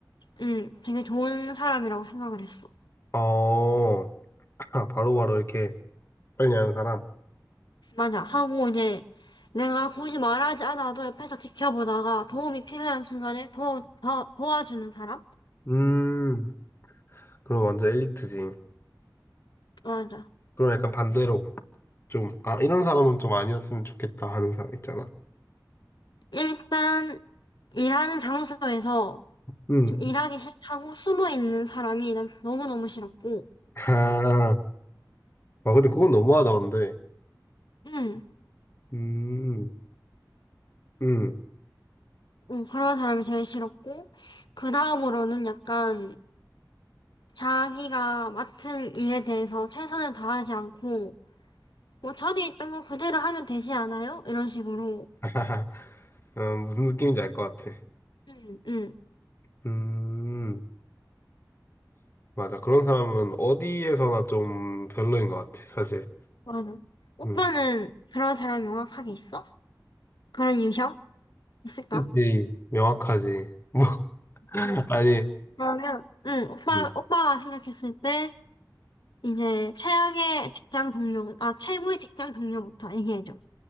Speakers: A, on the left; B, on the left.
A: 음, 되게 좋은 사람이라고 생각을 했어.
B: 어, <laughs> 바로바로 이렇게 빨리 하는 사람?
A: 맞아. 하고 이제 내가 굳이 말하지 않아도 옆에서 지켜보다가 도움이 필요한 순간에 도, 도, 도와주는 사람?
B: 음, 그럼 완전 엘리트지.
A: 맞아.
B: 그럼 약간 반대로 좀, 아, 이런 사람은 좀 아니었으면 좋겠다 하는 사람 있잖아.
A: 일단 일하는 장소에서
B: 음.
A: 좀 일하기 싫다고 숨어 있는 사람이 난 너무너무 싫었고,
B: 아, 아, 근데 그건 너무하다, 근데.
A: 음,
B: 음, 음.
A: 음, 그런 사람이 제일 싫었고, 그 다음으로는 약간 자기가 맡은 일에 대해서 최선을 다하지 않고, 뭐 전에 있던 거 그대로 하면 되지 않아요? 이런 식으로.
B: <laughs> 어, 무슨 느낌인지 알 것 같아.
A: 음, 음.
B: 음, 맞아. 그런 사람은 어디에서나 좀 별로인 것 같아, 사실.
A: 맞아. 오빠는
B: 음.
A: 그런 사람이 명확하게 있어? 그런 유형? 있을까?
B: 그치, 명확하지. 뭐, <laughs>
A: 네.
B: 아니,
A: 그러면, 응, 오빠,
B: 음,
A: 오빠가 생각했을 때, 이제, 최악의 직장 동료, 아, 최고의 직장 동료부터 얘기해줘.